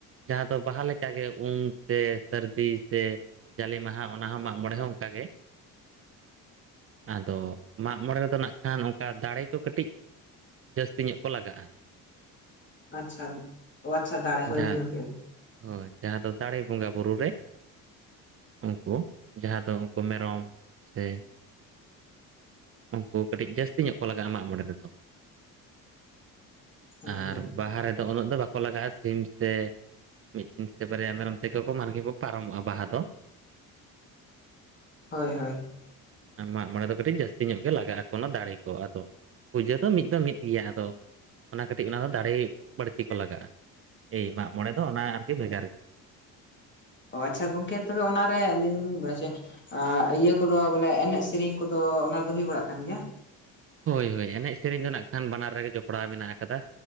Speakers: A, on the right; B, on the left.
A: ᱡᱟᱦᱟᱸ ᱫᱚ ᱵᱟᱦᱟ ᱞᱮᱠᱟᱜᱮ ᱩᱢ ᱥᱮ ᱥᱟᱹᱨᱫᱤ ᱥᱮ ᱡᱟᱞᱮ ᱢᱟᱦᱟ ᱚᱱᱟ ᱦᱚᱸ ᱢᱟᱜ ᱢᱚᱬᱮ ᱦᱚᱸ ᱚᱱᱠᱟᱜᱮ ᱟᱫᱚ ᱢᱟᱜ ᱢᱚᱬᱮ ᱨᱮᱫᱚ ᱱᱟᱜ ᱠᱷᱟᱱ ᱚᱱᱠᱟ ᱫᱟᱲᱮ ᱠᱚ ᱠᱟᱹᱴᱤᱡ ᱡᱟᱹᱥᱛᱤ ᱧᱚᱜ ᱠᱚ ᱞᱟᱜᱟᱜᱼᱟ᱾
B: ᱟᱪᱪᱷᱟ ᱳ ᱟᱪᱷᱟ ᱫᱟᱬᱮ
A: ᱡᱟᱦᱟᱸ
B: ᱦᱳᱭ ᱵᱩᱡᱷᱟᱹᱳ ᱠᱮᱫᱟ ᱞᱤᱧ᱾
A: ᱦᱳᱭ ᱡᱟᱦᱟᱸ ᱫᱚ ᱫᱟᱲᱮ ᱵᱚᱸᱜᱟ ᱵᱩᱨᱩ ᱨᱮ ᱩᱱᱠᱩ ᱡᱟᱦᱟᱸ ᱫᱚ ᱩᱱᱠᱩ ᱢᱮᱨᱚᱢ ᱥᱮ ᱩᱱᱠᱩ ᱠᱟᱹᱴᱤᱡ ᱡᱟᱹᱥᱛᱤ ᱧᱚᱜ ᱠᱚ ᱞᱟᱜᱼᱟ ᱢᱟᱜ ᱢᱚᱬᱮ ᱨᱮᱫᱚ᱾
B: ᱦᱳᱭ
A: ᱟᱨ
B: ᱦᱳᱭ
A: ᱵᱟᱦᱟ ᱨᱮᱫᱚ ᱩᱱᱟᱹᱜ ᱫᱚ ᱵᱟᱝᱠᱚ ᱞᱟᱜᱟᱜᱼᱟ ᱥᱤᱢ ᱥᱮ ᱢᱤᱫᱴᱤᱱ ᱥᱮ ᱵᱟᱨᱭᱟ ᱢᱮᱨᱚᱢ ᱛᱠᱚ ᱠᱚ ᱢᱟᱨᱠᱮ ᱠᱚ ᱯᱟᱨᱚᱢᱚᱜᱼᱟ ᱵᱟᱦᱟ ᱫᱚ,
B: ᱦᱳᱭ ᱦᱳᱭ᱾
A: ᱢᱟᱜ ᱢᱚᱬᱮ ᱫᱚ ᱠᱟᱹᱴᱤᱡ ᱡᱟᱹᱥᱛᱤ ᱧᱚᱜ ᱜᱮ ᱞᱟᱜᱟᱜ ᱟᱠᱚ ᱚᱱᱟ ᱫᱟᱲᱮ ᱠᱚ, ᱟᱫᱚ ᱯᱩᱡᱟᱹ ᱫᱚ ᱢᱤᱫ ᱫᱚ ᱢᱤᱫ ᱜᱤᱭᱟᱹᱟᱫᱚ ᱚᱱᱟ ᱠᱟᱹᱴᱤᱡ ᱚᱱᱟ ᱫᱚ ᱫᱟᱲᱮ ᱵᱟᱹᱲᱛᱤ ᱠᱚ ᱞᱟᱜᱟᱜᱼᱟ ᱮᱭ ᱢᱟᱜ ᱢᱚᱬᱮ ᱫᱚ ᱚᱱᱟ ᱟᱨᱠᱤ ᱵᱷᱮᱜᱟᱨ ᱜᱮᱭᱟ᱾
B: ᱚ ᱟᱪᱪᱷᱟ ᱜᱚᱝᱠᱮ ᱛᱚᱵᱮ ᱚᱱᱟᱨᱮ ᱟᱹᱞᱤᱧ ᱵᱟᱲᱟᱭ ᱦᱚ ᱪᱮ ᱟᱨ ᱤᱭᱟᱹ ᱠᱚᱫᱚ ᱵᱚᱞᱮ ᱮᱱᱮᱡ ᱥᱮᱨᱮᱧ ᱠᱚᱫᱚ ᱚᱱᱟ ᱫᱚ ᱦᱩᱭ ᱵᱟᱲᱟᱜ ᱠᱟᱱ ᱜᱮᱭᱟ?
A: ᱦᱳᱭ ᱦᱳᱭ ᱮᱱᱮᱡ ᱥᱮᱨᱮᱧ ᱫᱚ ᱱᱟᱜ ᱠᱷᱟᱱ ᱵᱟᱱᱟᱨ ᱨᱮᱜᱮ ᱡᱚᱯᱲᱟᱣ ᱢᱮᱱᱟᱜ ᱠᱟᱫᱟ᱾